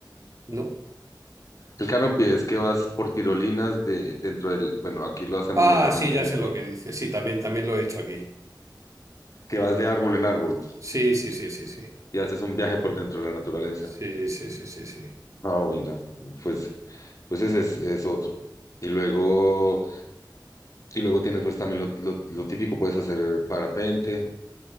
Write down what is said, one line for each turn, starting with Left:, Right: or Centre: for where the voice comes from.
Right: ¿no?
Left: El canopy es que vas por tirolinas de dentro del, bueno, aquí lo hacemos
Right: Ah,
Left: normalmente
Right: sí, ya
Left: dentro,
Right: sé lo que dices. Sí, también, también lo he hecho aquí.
Left: que vas de árbol en árbol
Right: Sí, sí, sí, sí, sí.
Left: y haces un viaje por dentro de la naturaleza.
Right: Sí, sí, sí, sí, sí.
Left: Ah, mira, pues, pues ese es, es otro. Y luego. Y luego tienes pues también lo, lo- lo típico, puedes hacer parapente,